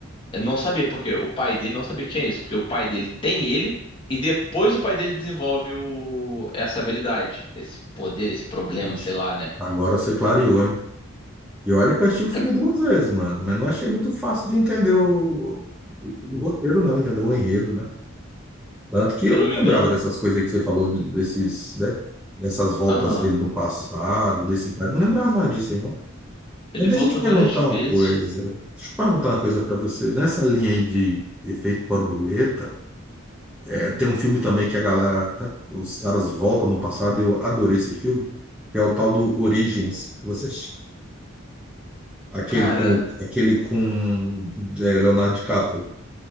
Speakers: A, on the left; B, in the centre.
A: eu não sabia porque o pai dele não sabia que tinha isso, porque o pai dele tem ele e depois o pai dele desenvolve o... essa habilidade, esse poder, esse problema,
B: Ixi,
A: sei lá, né?
B: agora você clareou, hein? E olha que eu assisti o filme
A: Ca-
B: duas vezes, mano, mas não achei muito fácil de entender o, o- o roteiro, não, entendeu? O enredo, né? Tanto que eu
A: Se eu não
B: não
A: me
B: lembrava
A: engano,
B: dessas coisas aí que você falou, de- desses, né? Dessas voltas
A: aham,
B: dele no passado, desse pai. Não lembrava nada disso aí, não.
A: ele
B: Mas deixa
A: volta
B: eu te perguntar
A: várias vezes.
B: uma coisa. Deixa eu perguntar uma coisa pra você. Nessa linha aí de efeito borboleta, é, tem um filme também que a galera, tá? Os caras voltam no passado, eu adorei esse filme, que é o tal do Origens. Você Aquele
A: Cara,
B: com, aquele com é, Leonardo DiCaprio,